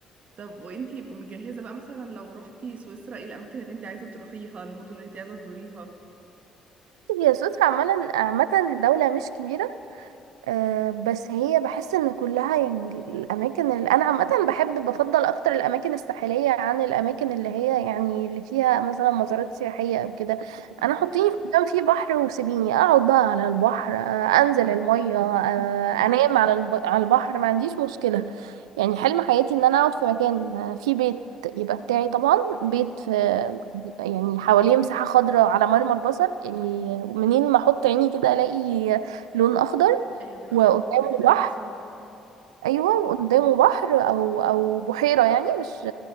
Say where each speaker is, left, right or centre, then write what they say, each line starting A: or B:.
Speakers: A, on the right (about 50°); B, on the right (about 85°).
A: طب وانتي مجهزة بقى مثلا لو رحتي سويسرا ايه الاماكن اللي انتي عايزة تروحيها المدن اللي انتي عايزة تزوريها
B: هي سويسرا عملا عامة دولة مش كبيرة آه، بس هي بحس ان كلها يعني الاماكن اللي انا عامه بحب بفضل اكتر الاماكن الساحليه عن الاماكن اللي هي يعني اللي فيها مثلا مزارات سياحيه او كده
A: اه
B: انا حطيني في مكان فيه بحر وسيبيني اقعد بقى على البحر آه، انزل الميه آه،
A: <laughs>
B: انام على الب- على البحر ما عنديش مشكله يعني حلم حياتي ان انا اقعد في مكان آه، فيه بيت يبقى بتاعي طبعا بيت في يعني حواليه مساحه خضراء على مرمى البصر يعني منين ما احط عيني كده الاقي لون اخضر
A: ايوه بيبقى
B: وقدامه
A: منظر مريح للاعصاب
B: بحر ايوه وقدامه بحر او او بحيره يعني مش